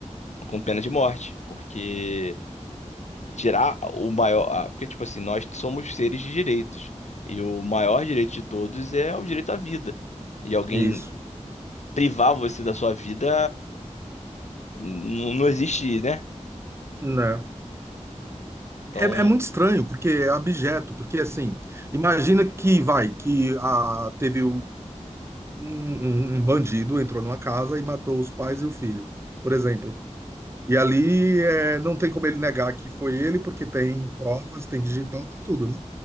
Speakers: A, on the left; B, on the right.
A: com pena de morte, porque tirar o maior, ah, porque tipo assim, nós somos seres de direitos e o maior direito de todos é o direito à vida. E alguém
B: isso.
A: privar você da sua vida, não, não existe, né?
B: Né?
A: Então,
B: É, é muito estranho, porque é abjeto, porque assim, imagina que vai, que a, teve um, um- um bandido entrou numa casa e matou os pais e o filho, por exemplo. E ali é, não tem como ele negar que foi ele, porque tem provas, tem digital, tem tudo, né?